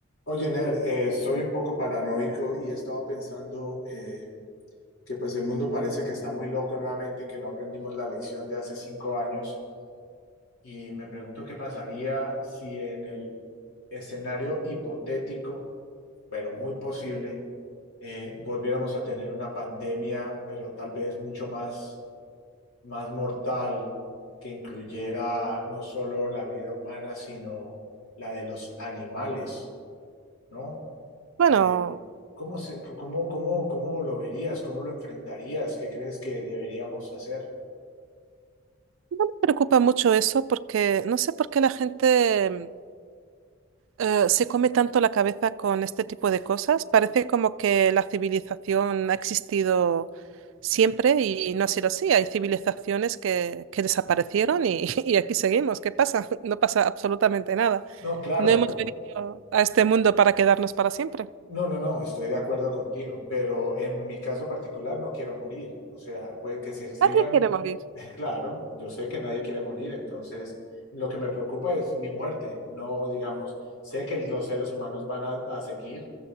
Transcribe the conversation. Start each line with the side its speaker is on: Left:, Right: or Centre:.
Left: Oye, Ner, eh, soy un poco paranoico y he estado pensando eh, que pues el mundo parece que está muy loco nuevamente y que no aprendimos la lección de hace cinco años. Y me pregunto qué pasaría si en el escenario hipotético, pero muy posible, eh, volviéramos a tener una pandemia, pero tal vez mucho más, más mortal, que incluyera no solo la vida humana, sino la de los animales, ¿no?
Right: Bueno,
Left: Eh, ¿Cómo se, cómo, cómo, cómo lo verías? ¿Cómo lo enfrentarías? ¿Qué crees que deberíamos hacer?
Right: no me preocupa mucho eso porque no sé por qué la gente eh, se come tanto la cabeza con este tipo de cosas. Parece como que la civilización ha existido siempre y no ha sido así. Hay civilizaciones que, que desaparecieron y, <laughs> y aquí seguimos. ¿Qué pasa? <laughs> No pasa absolutamente nada.
Left: No, claro,
Right: No hemos venido a este mundo para quedarnos para siempre.
Left: no, no, no, estoy de acuerdo contigo, pero en mi caso particular no quiero morir. O sea, pues que se extingan,
Right: Nadie quiere morir.
Left: <laughs> claro, yo sé que nadie quiere morir, entonces lo que me preocupa es mi muerte. No, digamos, sé que los seres humanos van a, a seguir